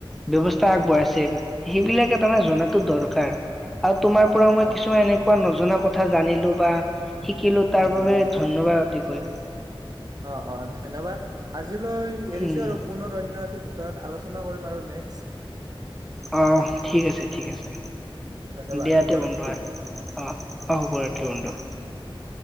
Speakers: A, in the centre; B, on the right.
A: ব্যৱস্ স্থা আগবঢ়াইছে সেইবিলাকে তাৰমানে জনাটো
B: উম উম
A: দৰকাৰ। আৰু তোমাৰ পৰাও মই
B: অ
A: কিছুমান
B: অ
A: এনেকুৱা নজনা ক থা জানিলো বা শিকিলো তাৰবাবে
B: উম উম
A: ধন্যবাদ অতি কৈ।
B: অ', অ' ধন্যবাদ, আজিলৈ এৰিছো
A: উম
B: আৰু পুনৰ অন্য এটি বিষয়ত আলোচনা চনা কৰিম আৰু নেক্সট্।
A: অ' ঠিক আছে ঠিক আছে,
B: উম ধন্যবাদ
A: দিয়াতে
B: শুভৰাত্ৰি।
A: বন্ধু আৰ, অ' অ' শুভৰাত্ৰি বন্ধু।